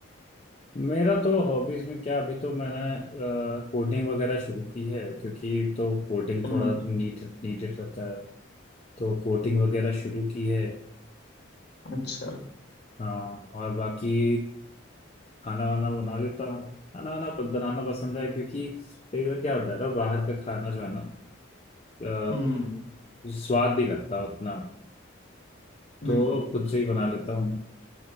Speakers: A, on the left; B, on the left.
A: मेरा तो हॉबीज में क्या अभी तो मैंने कोडिंग वगैरह शुरू की है क्योंकि तो कोडिंग
B: हम्म
A: थोड़ा नीड नीडेड रहता है तो कोडिंग वगैरह शुरू की है
B: अच्छा
A: हाँ और बाकी खाना वाना बना लेता हूँ खाना वाना प- बनाना पसंद है क्योंकि कई बार क्या होता है ना बाहर का खाना जो है ना अ,
B: हम्म
A: स्वाद नहीं लगता उतना तो
B: बिल्कुल
A: खुद से ही बना लेता हूँ